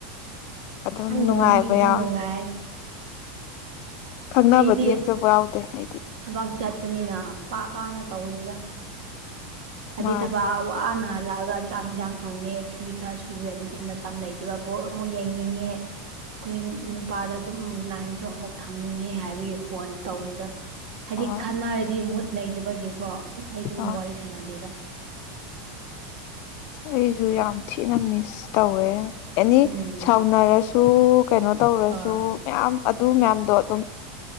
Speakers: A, on the left; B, on the right.
A: ꯑꯗꯨꯝ
B: ꯈꯪꯗꯕ
A: ꯅꯨꯡꯉꯥꯏꯕ
B: ꯃꯤꯒꯤꯁꯨ
A: ꯌꯥꯎꯋꯦ
B: ꯅꯨꯡꯉꯥꯏ
A: ꯈꯪꯅꯕꯗꯤ
B: ꯑꯩꯗꯤ
A: ꯑꯝꯇꯕꯨ ꯌꯥꯎꯗꯦ ꯑꯩꯗꯤ
B: ꯊꯕꯛ ꯆꯠꯄꯅꯤꯅ ꯄꯥꯛ ꯄꯥꯛꯅ ꯇꯧꯗ‌ꯦꯗ ꯍꯥꯏꯗꯤ
A: ꯃꯥ
B: ꯊꯕꯛ ꯋꯥꯅꯥ ꯍꯜꯂꯛꯑꯒ ꯆꯥꯛ ꯏꯟꯖꯥꯡ ꯊꯣꯡꯉꯦ ꯐꯤ ꯈꯔ ꯁꯨꯋꯦ ꯑꯗꯨꯗꯤ ꯃꯇꯝ ꯂꯩꯇ‌ꯦꯕ ꯕ‌ꯣꯜ ꯑꯃꯨꯛ ꯌꯦꯡꯅꯤꯡꯉꯦ ꯀꯨꯏꯟ ꯅꯨꯄꯥꯗ ꯑꯗꯨꯝ ꯂꯥꯏꯟꯁꯨ ꯑꯃꯨꯛ ꯊꯝꯅꯤꯡꯉꯦ ꯍꯥꯏꯕꯒꯤ ꯐꯣꯟꯁꯨ ꯇꯧꯗꯦꯗ ꯍꯥꯏꯗꯤ
A: ꯍꯣꯏ
B: ꯈꯠꯅꯔꯗꯤ ꯃꯨꯠ ꯂꯩꯗꯕꯒꯤꯀꯣ ꯑꯩ ꯑꯗꯨꯝ
A: ꯍꯣꯏ
B: ꯋꯥꯔꯤ ꯁꯥꯟꯅꯗꯦꯗ
A: ꯑꯩꯁꯨ ꯌꯥꯝ ꯊꯤꯅ ꯃꯤꯁ ꯇꯧꯋꯦ ꯑꯦꯅꯤ
B: ꯎꯝ
A: ꯁꯥꯎꯅꯔꯁꯨ ꯀꯩꯅꯣ ꯇꯧꯔꯁꯨ
B: ꯍꯣꯏ
A: ꯃꯌꯥꯝ ꯑꯗꯨ ꯃꯌꯥꯝꯗꯣ ꯑꯗꯨꯝ